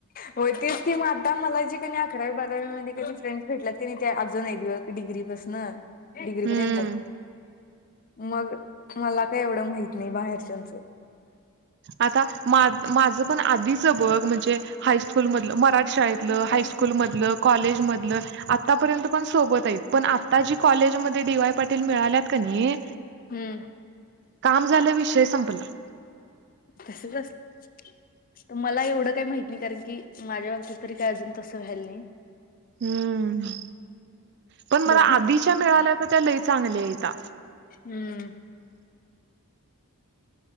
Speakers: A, on the left; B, on the right.
A: होय, तेच ते आता मला जे क अकरावी बारावीमध्येध्ये की फ्रेंड्स भेटला त ते अजून आहेत ग डिग्री पासून डिग्री
B: हम्म
A: पर्यंत मग, मला काय एवढं माहित नाही बाहेरच्याचं
B: आता माझ पण आधीचं बघ म्हणजे हायस्कूल मधलं, मराठ शाळेतलं,
A: हम्म
B: हायस्कूल मधलं, कॉलेजमधलं आतापर्यंत पण सोबत आहेत, पण आता जी कॉलेजमध्येध्ये डी-वाय पाटील मिळाल्यात का नाही
A: हम्म,
B: काम झाल्या विषय संपला.
A: तसंच असते, तर मला एवढं काही माहत नाही कारण की माझ्या बाबतीत तरी काय अजून तसं व्हायल नाही,
B: हम्म पण मला
A: बघू
B: आधीच्या मिळाल्या तर त्या लय चांगल्या आहेता
A: हम्म,